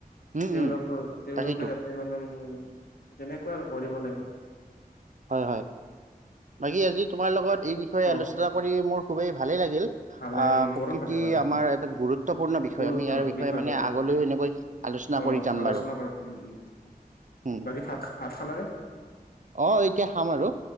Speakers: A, on the right; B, on the left.
A: উম
B: তেওঁলোকৰ
A: উম
B: তেওঁলোকে
A: তাকেইতো
B: যাতে মানে উম তেনেকুৱা আৰু কৰিব লাগে।
A: হয় হয় বাকী আজি তোমাৰ লগত এই বিষয়ে
B: অ
A: আলোচনা কৰি মোৰ খুবেই ভালেই লাগিল।
B: ভাল
A: আহ
B: লাগে উম মোৰো
A: প্ৰকৃতি
B: ভাল লাগে অ
A: আমাৰ এটা গুৰুত্বপূৰ্ণ বিষয়
B: গুৰুত্বপূৰ্ণ
A: আমি ইয়াৰ বিষয়ে
B: বিষয়
A: মানে
B: জ্ঞান,
A: আগলৈও
B: উম
A: এনেকৈ আলোচনা
B: অ
A: কৰি যাম
B: আলোচনা
A: বাৰু
B: কৰিম। উম, উম
A: উম
B: বাকী ভাত ভাত খালা নে?
A: অ এতিয়া খাম আৰু।